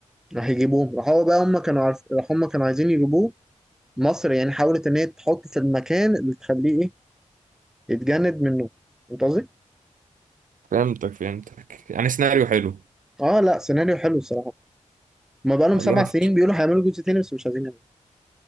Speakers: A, in the centre; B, on the right (about 80°).
A: راح يجيبوهم راح هو بقى هما كانوا عارف راح هما كانوا عايزين يجيبوه مصر يعني حاولت ان هي تحطه في المكان اللي تخليه ايه؟ يتجند منه انت قصدي؟
B: فهمتك فهمتك يعني سيناريو حلو
A: اه لا سيناريو حلو الصراحه ما بقالهم
B: طب
A: سبع
B: جامد
A: سنين
B: فشخ
A: بيقولوا هيعملوا جزء تاني بس مش عايزين يعملوا